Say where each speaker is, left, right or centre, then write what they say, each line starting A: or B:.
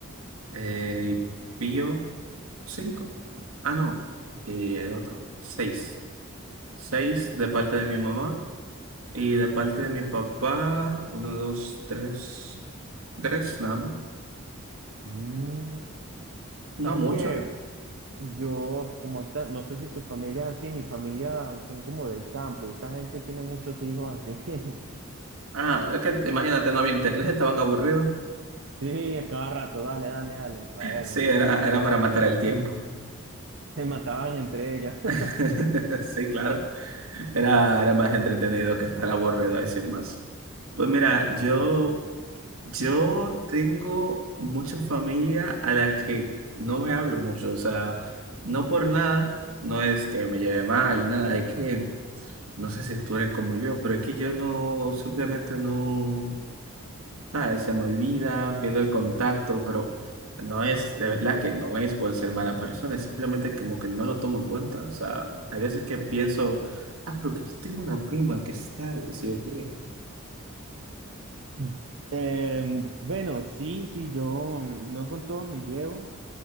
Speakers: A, on the right (about 90°); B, on the right (about 60°).
A: Eh, Pío, cinco. Ah, no. Y el otro, seis. Seis de parte de mi mamá y de parte de mi papá, uno, dos, tres. Tres, nada más.
B: mm, ¿sabes
A: No mucho.
B: qué? Yo, como esta, no sé si tu familia es así, mi familia son como del campo y esa gente tiene muchos hijos así. <laughs>
A: Ah, es que imagínate, no había internet, estaban aburridos. <laughs>
B: Sí, a cada rato, dale, dale, dale. Bueno,
A: Sí, era, era para matar el tiempo.
B: se mataban entre ellos. <laughs>
A: <laughs> Sí, claro. Era, era más entretenido que estar aburrido ahí sin más. Pues mira,
B: Sí,
A: yo,
B: sí.
A: yo tengo mucha familia a la que no me hablo mucho. O sea, no por nada, no es que me lleve mal ni nada. Es que, no sé si tú eres como yo, pero es que yo no, simplemente no. Ah, se me olvida, pierdo el contacto, pero no es, de verdad que no es por ser mala persona, es simplemente como que no lo tomo en cuenta. O sea, hay veces que pienso, ah, pero que yo tengo una prima que está, qué sé yo qué.
B: Mm. Em, bueno, sí, sí, yo mm, no con todos me llevo.